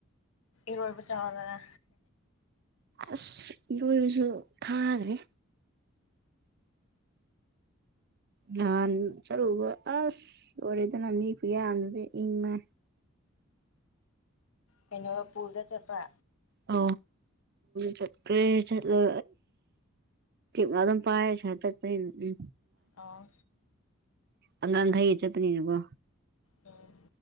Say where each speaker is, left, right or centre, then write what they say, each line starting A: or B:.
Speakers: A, on the left; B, on the right.
A: ꯏꯔꯕ ꯆꯂꯗ
B: ꯑꯁ ꯏ ꯏꯁꯨ ꯈꯥꯒꯦ ꯅꯍꯥꯟ ꯆꯠꯂꯨꯕ ꯑꯁ ꯑꯣꯏꯔꯦꯗꯅꯅꯤꯄ ꯌꯥꯅꯗꯤ ꯏꯪꯃꯦ
A: ꯀꯩꯅꯣ ꯄꯨꯜꯗ ꯆꯠꯄ
B: ꯑ ꯆꯠꯦ ꯆꯠꯂ ꯃ ꯑꯗꯨꯝ ꯄꯑꯁ ꯍꯆꯠ ꯎ
A: ꯑꯥ
B: ꯑꯉꯥꯡꯈꯩꯒ ꯆꯠꯄꯅꯤꯅꯀꯣ
A: ꯑ